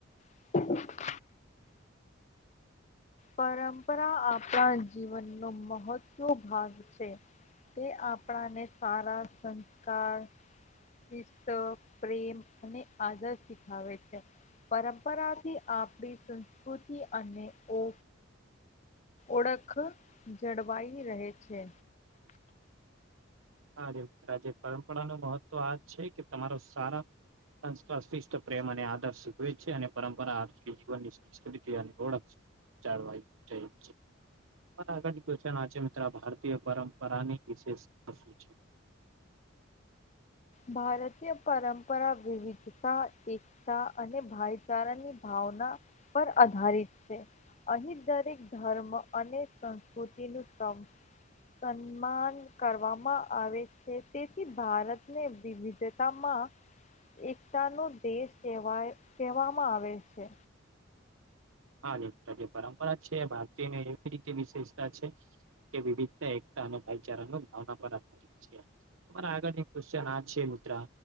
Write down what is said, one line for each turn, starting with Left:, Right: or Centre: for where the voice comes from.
Left: <inaudible> પરંપરા આપણા જીવનનો મહત્વ ભાગ છે. તે આપણાને સારા સંસ્કાર શિસ્ત, પ્રેમ અને આદર શીખાવે છે. પરંપરાથી આપણી સંસ્કૃતિ અને ઓ ઓળખ જળવાઈ રહે છે.
Right: હા મિત્ર આજે પરંપરાનું મહત્વ આ છે કે તમારો સારા સંસ્કાર, શિષ્ટ, પ્રેમ અને આદર શીખવે છે, અને પરંપરા આ જીવનની સંસ્કૃતિ અને ઓળખ છે. ચાલ ભાઈ થેન્ક હવે આગળની ક્વેશ્ચન આછે મિત્ર, આ ભારતીય પરંપરાની વિશેષતા શું છે?
Left: ભારતીય પરંપરા વિવિધતા, એક તા અને ભાઈચારા ની ભાવના પર આધારિત છે. અહીં દરેક ધર્મ અને સંસ્કૃતિનું સંપ સન્માન કરવામાં આવે છે, તેથી ભારત ને વિવિધતા માં એકતા નો દેશ કવાય, કહેવામાં આવે છે.
Right: હા મિત્ર જે પરંપરા છે, ભારતીની એવી રીતે વિશેષતા છે કે વિવિધતા, એકતા અને ભાઈચારા નો ભાવના પર આધારિત છે. મારા આગળની ક્વ્ચન આ છે મિત્ર